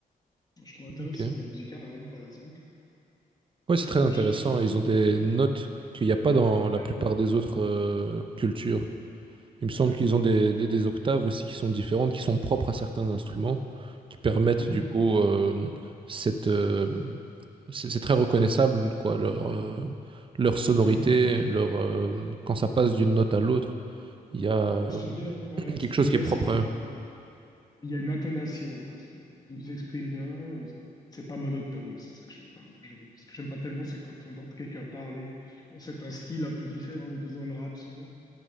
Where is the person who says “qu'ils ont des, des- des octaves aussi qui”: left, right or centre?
Right